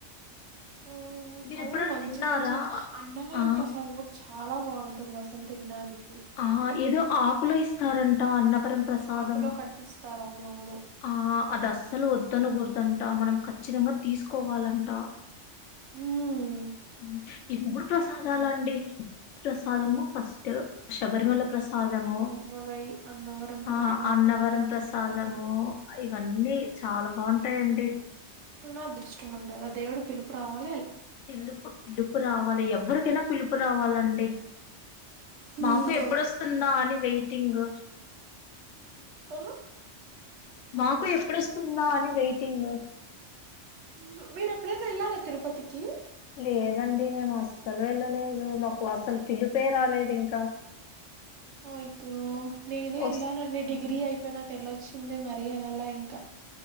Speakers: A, on the right (about 75°); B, on the left (about 80°).
A: ఓ
B: మీరు
A: అవును
B: ఎప్పుడైనా
A: మంచిదని
B: తిన్నారా
A: విన్ అన్నవరం
B: ఆ
A: ప్రసాదం కూడా చాలా బాగుంటుంది. అసలు తినడానికి
B: ఆ ఇదో ఆకుల్లో ఇస్తారంట. అన్న పరం ప్రసాదం.
A: ఆకులో కట్టిస్తారు అవునవును.
B: ఆ అది అస్సలు వ త్తనకూడదంట. మనం ఖచ్చితంగా తీసుకోవాలంట.
A: హ్మ్.
B: హ్మ్ ఈ మూడు ప్రసాదాలండి. మ్మ్ ప్రసాదము ఫస్ ట శబరిమల ప్రసాదము
A: శబరిమలై, అన్నవరం ప్రసాదం,
B: ఆ అన్నవరం
A: తిరుమల
B: ప్రసాదము
A: ప్రసాదం
B: ఇవన్నీ చాలా బాగుంటాయండి
A: అదృష్టం ఉండల్ ఆ దేవుడు పిలుపు రావాల
B: తిల్లుపు పిల్లుపు రావాలి ఎవరూ నా పిలుపు రావాలండీ
A: హ్మ్.
B: మాకు ఎప్పుడొస్తుందా అని వెయిట్ తింగు
A: హా
B: మాకు ఎప్పుడొస్తుందా అని వెయిటింగ్
A: అవును మీరు ఎప్పుడైనా ఎళ్ళారా తిరుపతికి
B: లేదండి మేము అస్సలు వెళ్ళలేదు మాకు అస్సలు పిలిపే రాలేదు ఇంకా
A: అయ్యో నేనే
B: వస్
A: ఎల్లనండి డిగ్రీ అయిపో పోనక ఎళ్లొచ్చిందే మరీ ఎల్లల ఇంకా